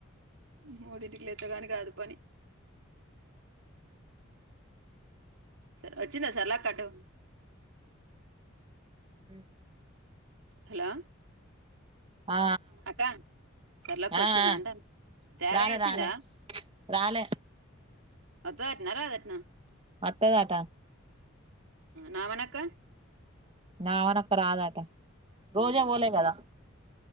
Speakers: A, on the right; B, on the right.
A: మూడింటికి లేస్తే కాని కాదు పని
B: <inaudible>
A: సరే వచ్చిందా సరళక్క అటు
B: ఉ
A: హలో
B: ఆ
A: అక్క సర్లక్క
B: ఆ
A: వచ్చిందంట
B: ఆ
A: తేరయి
B: రాలే
A: వచ్చిందా
B: రాలే రాలే
A: అతో ఎట్న రా ఏట్నా
B: వత్తదటా
A: నా వేనకా
B: నా వెనక రాదట రోజు పోలే కదా